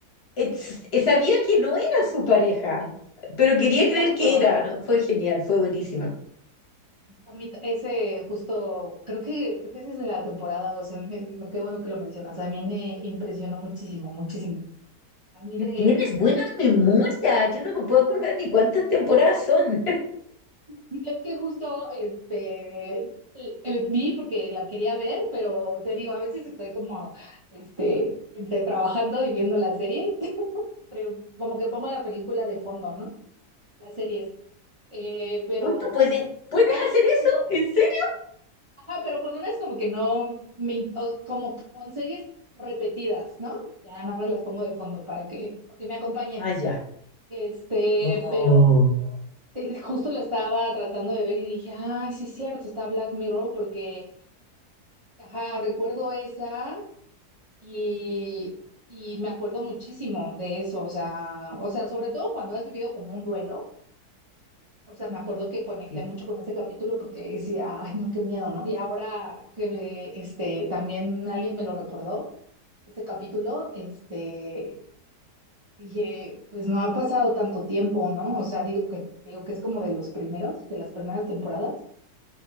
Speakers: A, on the left; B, on the right.
A: es- e- sabía que no era su pareja, pero quería creer
B: Exacto.
A: que era, ¿no? Fue genial, fue buenísima.
B: A mí t- ese justo, creo que, creo que ese es de la temporada dos eh, me, me- qué bueno que lo mencionas, a mí me impresionó muchísimo, muchísimo. A mí de,
A: Tienes buena memoria, yo no me puedo acordar ni cuántas temporadas son.
B: Y Es que justo este eh, vi porque la quería ver, pero te digo, a veces estoy como este entre trabajando y viendo la serie, <laughs> entre- como que pongo la película de fondo, ¿no? Las series. Eh, pero
A: Uy, ¿tú
B: justo,
A: puedes, puedes
B: ay,
A: hacer eso?
B: entonces,
A: ¿En serio?
B: ajá, pero con unas como que no me in- o como con series repetidas, ¿no? Ya nada más las pongo de fondo para que, para que me acompañen.
A: Ah, ya.
B: Este,
A: Oh,
B: pero eh, justo lo estaba tratando de ver y dije, ay, sí es cierto, está Black Mirror porque, ajá, recuerdo esa y, y me acuerdo muchísimo de eso, o sea, o sea, sobre todo cuando has vivido como un duelo, o sea, me acuerdo que conecté
A: sí.
B: mucho con ese capítulo porque decía, ay, no, qué miedo, ¿no? Y ahora que me- este, también alguien me lo recordó, ese capítulo, este... Dije, pues no ha pasado tanto tiempo, ¿no? O sea, digo que, digo que es como de los primeros, de las primeras temporadas.